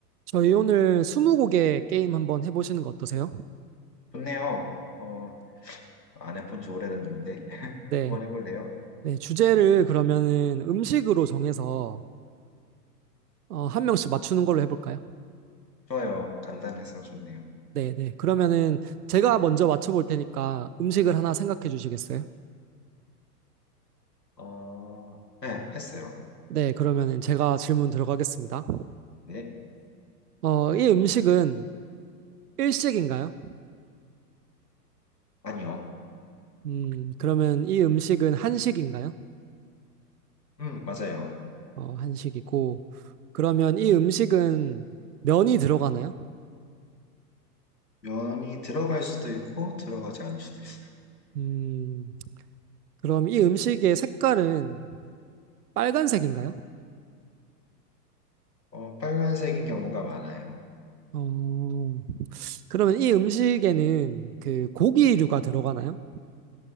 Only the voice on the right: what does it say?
저희 오늘 스무고개 게임 한번 해보시는 거 어떠세요?
네.
네, 주제를 그러면은 음식으로 정해서 어, 한 명씩 맞추는 걸로 해볼까요?
네, 네. 그러면은 제가 먼저 맞춰볼 테니까 음식을 하나 생각해 주시겠어요?
네, 그러면은 제가 질문 들어가겠습니다.
어, 이 음식은 일식인가요?
음, 그러면 이 음식은 한식인가요?
어, 한식이고. 그러면 이 음식은 면이 들어가나요?
음, 그럼 이 음식의 색깔은 빨간색인가요?
어, 그러면 이 음식에는 그 고기류가 들어가나요?